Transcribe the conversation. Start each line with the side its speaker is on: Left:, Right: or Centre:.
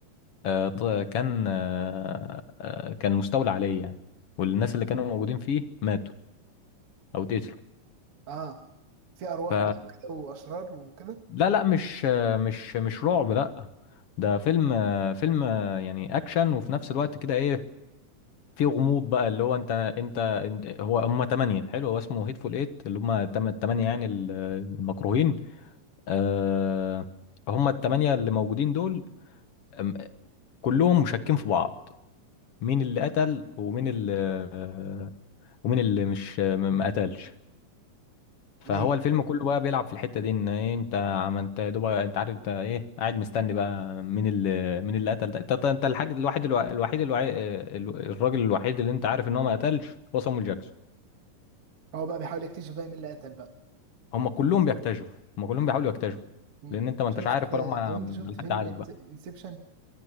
Left: آه، ط- كان آه، آه، كان مستولى عليه يعني والناس اللي كانوا موجودين فيه ماتوا او اتقتلوا
Right: اه في ارواح
Left: ف
Right: بقى وكده واشرار وكده
Left: لا لا مش آه، مش مش رعب لا ده فيلم آه، فيلم آه، يعني اكشن وفي نفس الوقت كده ايه في غموض بقى اللي هو انت انت, انت هو هم تمانية حلو هو اسمه هيتفول ايت اللي هم تم- التمانية يعني ال- المكروهين آه، هم التمانية اللي موجودين دول أم- كلهم مشكين في بعض مين اللي قتل ومين اللي ومين اللي مش م- ما قتلش فهو
Right: ايوه
Left: الفيلم كله بقى بيلعب في الحتة دي ان إيه انت عملت يا دوب انت عارف انت ايه قاعد مستني بقى مين اللي مين اللي قتل ده انت انت الحاج الوحيد الوع- الوحيد الوعي... الراجل الوحيد اللي انت عارف ان هو ما قتلش هو صامويل جاكسون
Right: هو بقى بيحاول يكتشف بقى مين اللي قتل بقى
Left: هم كلهم بيكتشفوا هم كلهم بيحاولوا يكتشفوا
Right: مم.
Left: لان انت ما
Right: شفت
Left: انتش عارف ولا هم
Right: طب انت شفت
Left: ولا
Right: فيلم
Left: حد عارف بقى
Right: انسبشن